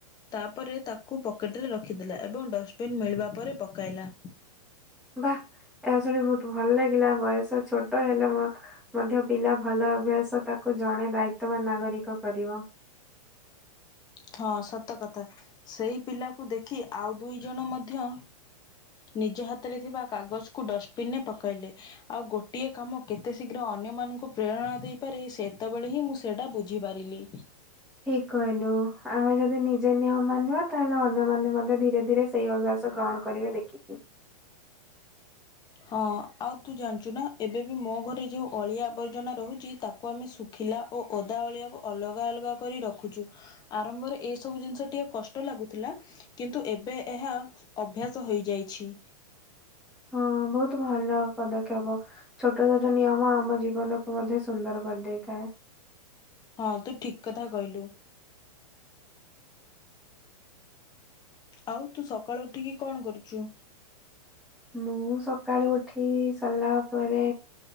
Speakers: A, on the left; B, in the centre.
A: ତାପରେ ତାକୁ ପକେଟରେ ରଖିଦେଲା ଏବଂ ଡଷ୍ଟବିନ୍ ମିଳିବା ପରେ ପକାଇଲା।
B: ବା ଏହା ଶୁଣି ବହୁତ ଭଲ ଲାଗିଲା ବୟସ ଛୋଟ ହେଲେ ମ ମଧ୍ୟ ପିଲା ଭଲ ଅଭ୍ୟାସ ତାକୁ ଜଣେ ଦାୟିତ୍ଵବାନ ନାଗରିକ କରିବ।
A: ହଁ, ସତ କଥା ସେଇ ପିଲାକୁ ଦେଖି ଆଉ ଦୁଇ ଜଣ ମଧ୍ୟ ନିଜ ହାତରେ ଥିବା କାଗଜକୁ ଡଷ୍ଟବିନରେ ପକାଇଲେ। ଆଉ ଗୋଟିଏ କାମ କେତେ ଶୀଘ୍ର ଅନ୍ୟମାନଙ୍କୁ ପ୍ରେରଣା ଦେଇପାରେ ସେତେବେଳେ ହିଁ ମୁଁ ସେଇଟା ବୁଝିପାରିଲି।
B: ଠିକ କହିଲୁ। ଆମେ ଯଦି ନିଜେ ନିୟମ ମାନିବା ତାହେଲେ ଅନ୍ୟମାନେ ମଧ୍ୟ ଧୀରେ ଧୀରେ ସେଇ ଅଭ୍ୟାସ ଗ୍ରହଣ କରିବେ ଦେଖିବୁ।
A: ହଁ ଆଉ ତୁ ଜାଣିଛୁ ନା ଏବେ ବି ମୋ ଘରେ ଯୋଉ ଅଳିଆ ଆବର୍ଜନା ରହୁଛି ତାକୁ ଆମେ ଶୁ ଖିଲା ଓ ଓଦା ଅଳିଆକୁ ଅଲଗା ଅଲଗା କରି ରଖୁଛୁ। ଆରମ୍ଭରେ ଏଇ ସବୁ ଜିନିଷ ଟିକେ କଷ୍ଟ ଲାଗୁଥିଲା କିନ୍ତୁ ଏବେ ଏହା ଅଭ୍ୟାସ ହେଇଯାଇଛି।
B: ହଁ ବହୁତୁ ଭଲ ପଦକ୍ଷେପ। ଛୋଟ ଛୋଟ ନିୟମ ଆମ ଜୀବନକୁ ମଧ୍ୟ ସୁନ୍ଦର କରିଦେଇଥାଏ।
A: ହଁ ତୁ ଠିକ କଥା କହିଲୁ। ଆଉ ତୁ ସକାଳୁ ଉଠିକି କଣ କରୁଛୁ?
B: ମୁଁ ସକାଳୁ ଉଠି ସରିଲା ପରେ